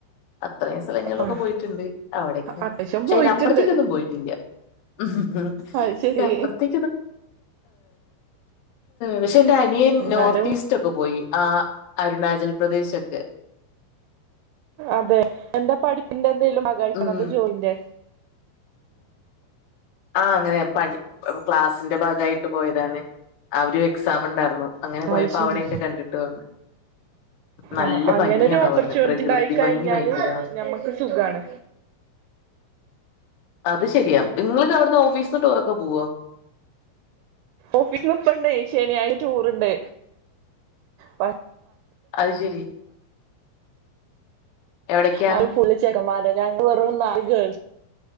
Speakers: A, on the left (about 75°); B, on the right (about 85°).
A: അത്രയും സ്ഥലങ്ങളിലൊക്കെ
B: ആഹ്
A: പോയിട്ടുണ്ട് അവിടക്കെ
B: അത്യാവശ്യം
A: പക്ഷെ
B: പോയിട്ടുണ്ട്
A: അയിന് അപ്പുറത്തേക്കൊന്നും പോയിട്ടില്ല ഉ
B: അത് ശരി
A: അപ്പറത്തി പക്ഷെ എ അനിയ
B: എന്നാലും
A: നോർത് ഈസ്റ്റും ഒക്കെ പോയി ആഹ് അരുണാചൽ പ്രദേശ് ഒക്കെ
B: അതെ എന്താ പഠിപ്പിന്റെ എന്തെലും ഭാഗയിട്ട്
A: ഉം
B: അത് ജോയിന്റെ
A: ആഹ അങ്ങനെ പഠി ക്ലാസിന്റെ ഭാഗായിട്ട് പോയതാണ് അ ഒരു എക്സാം ഉണ്ടായിരുന്നു അങ്ങനെ പോയപ്പോ
B: അയ് ശരി
A: അവിടെക്കെ കണ്ടിട്ട് വന്ന് നല്ല
B: ആഹ് അങ്ങനൊരു
A: ഭംഗിയന്ന
B: ഓപ്പർച്യൂണിറ്റി
A: പറഞ്ഞത് പ്രകൃതി
B: ഉണ്ടായി കഴിഞ്ഞാല്
A: ഭംഗി ഭയങ്കര
B: ഞമ്മക്ക് സുഖാണ്
A: അത് ശരിയാണ് നിങ്ങൾക്ക് അവിടന്ന് ഓഫീസിന്ന് ടൂറൊക്കെ പോവോ
B: ഓഫീസി ട്രിപ്പിണ്ട് ശനിയാഴ്ച ടൂറുണ്ട് ബ
A: അത് ശരി എവിടക്കാ
B: ആ ഫ <unintelligible> ചേമാല ഞങ്ങള് വറ നായികേൾ